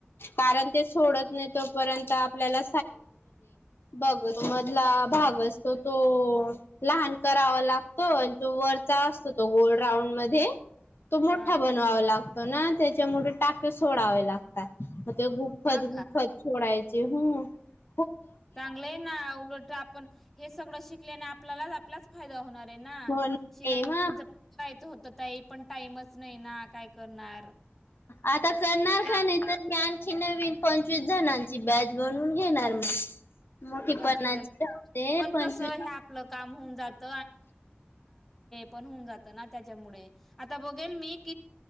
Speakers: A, on the left; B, in the centre.
A: कारण ते सोडत नाही तोपर्य आपल्याला बघ मधला भाग असतो तो लहान करावा लागतो आणि तो वरचा असतो तो गोोल राऊंड मध्ये तो मोठा
B: हा
A: बनवावा लागतो ना त्याच्यामुळे टाके सोडावे लागतात. ते गुफ्फत
B: हा का.
A: गुफ्फत सोडायचे ह
B: चांगलं आहे ना उलट आप हे सगळं शिकल्याने आपल्याला आपलाच फायदा होणार आहे ना
A: हो
B: शिला
A: ना
B: मशीनच पण होत तई पण टाईमच नाही ना काय करणार.
A: आता करणार
B: हे आप
A: का नाही तर्ञ आण नवीन पंचवीस जणांची बॅच बनवून घेणार मग मोठी
B: पंचवीस
A: पन्नाची
B: जणांची
A: राहते
B: पण
A: पंचवीस
B: कस हे आपलं का होऊन जात पण होऊन जात त्याच्यामुळे आता बघ मी <unintelligible>